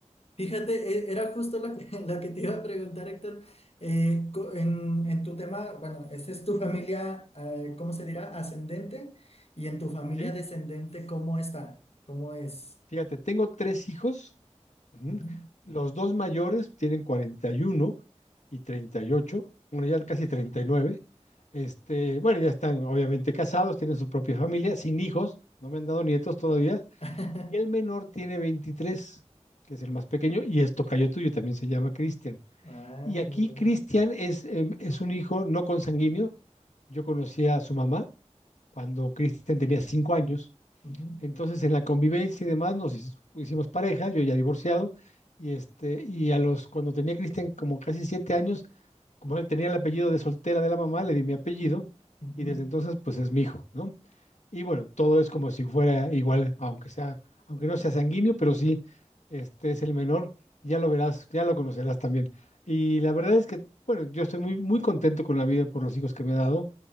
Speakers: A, on the left; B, on the left.
A: Fíjate, e- era justo lo que, <laughs> lo que te iba a preguntar, Héctor. Eh, co- en, en tu tema, bueno, esa es tu familia, eh, ¿cómo se dirá? Ascendente. Y en tu familia
B: ¿sí?
A: descendente, ¿cómo está? ¿Cómo es?
B: Fíjate, tengo tres hijos. ujú,
A: Ujú.
B: Los dos mayores tienen 41 y 38, bueno, ya casi 39. Este, bueno, ya están obviamente casados, tienen su propia familia, sin hijos, no me han dado nietos todavía.
A: <laughs>
B: Y el menor tiene 23, que es el más pequeño, y es tocayo tuyo, también se llama Cristian.
A: Ah,
B: Y
A: muy
B: aquí
A: bien.
B: Cristian es, em, es un hijo no consanguíneo. Yo conocí a su mamá cuando Cristian tenía cinco años
A: Ujú,
B: entonces, en la convivencia y demás, nos hic- hicimos pareja, yo ya divorciado, y este, y a los, cuando tenía Cristian como casi siete años, como él tenía el apellido de soltera de la mamá, le di mi apellido,
A: ujú.
B: y desde entonces, pues es mi hijo, ¿no? Y bueno, todo es como si fuera igual, aunque sea, aunque no sea sanguíneo, pero sí, este es el menor, ya lo verás, ya lo conocerás también. Y la verdad es que, bueno, yo estoy muy, muy contento con la vida por los hijos que me ha dado